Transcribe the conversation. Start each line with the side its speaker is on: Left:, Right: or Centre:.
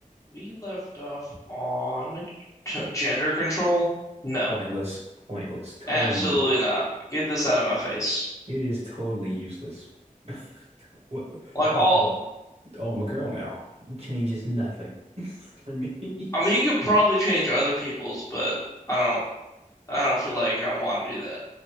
Left: We left off on t- gender control? No,
Right: Pointless, pointless, totally.
Left: absolutely not. Get this out of my face.
Right: It is totally useless. <laughs> What?
Left: Like
Right: Oh,
Left: all,
Right: oh, I'm a girl now. It changes nothing <laughs> for me.
Left: I mean, you could probably change other people's, but I don't, I don't feel like I want to do that.